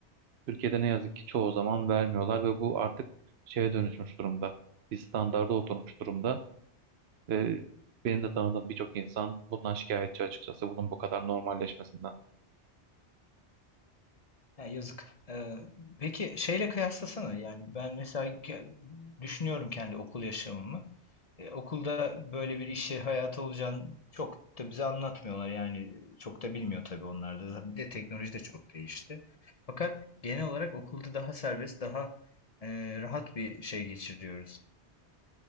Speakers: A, on the right; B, on the left.
A: Türkiye'de ne yazık ki çoğu zaman vermiyorlar ve bu artık şeye dönüşmüş durumda. Bir standarda oturmuş durumda ve benim de tanıdığım birçok insan bundan şikayetçi açıkçası bunun bu kadar normalleşmesinden.
B: Ya yazık. Ee, peki şeyle kıyaslasana yani ben mesela ke- düşünüyorum kendi okul yaşamımı. E, okulda böyle bir işi hayata olacağını çok da bize anlatmıyorlar yani çok da bilmiyor tabii onlar da. Bir de teknoloji de çok değişti. Fakat genel olarak okulda daha serbest daha e, rahat bir şey geçiriyoruz.